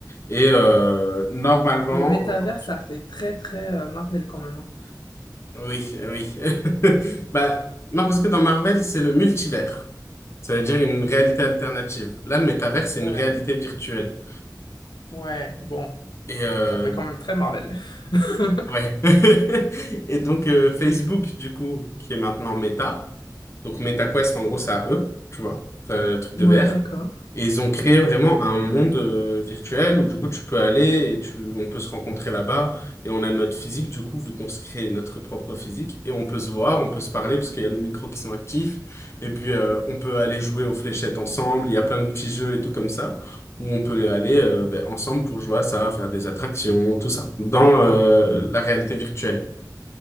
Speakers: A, on the left (about 40°); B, on the left (about 80°).
A: Et euh, normalement...
B: le métavers,
A: Oh, porc-
B: ça fait très très euh, Marvel quand même. hein.
A: oui, oui. <laughs> Bah, non, parce que dans Marvel, c'est le multivers. Ça veut dire une réalité alternative. Là, le métavers, c'est
B: Ouais,
A: une réalité virtuelle.
B: ouais. Bon.
A: Et euh,
B: Ça fait quand même très Marvel. <laughs>
A: Ouais. <laughs> Et donc euh, Facebook, du coup, qui est maintenant Meta. Donc MetaQuest, en gros, c'est à eux, tu vois, c'est le truc de
B: Ouais,
A: VR.
B: d'accord.
A: Et ils ont créé vraiment un monde euh, virtuel où du coup tu peux aller et tu, on peut se rencontrer là-bas et on a notre physique du coup vu qu'on se crée notre propre physique et on peut se voir, on peut se parler parce qu'il y a nos micros qui sont actifs et puis euh, on peut aller jouer aux fléchettes ensemble, il y a plein de petits jeux et tout comme ça où on peut aller euh, ben, ensemble pour jouer à ça, faire des attractions, tout ça dans euh, la réalité virtuelle.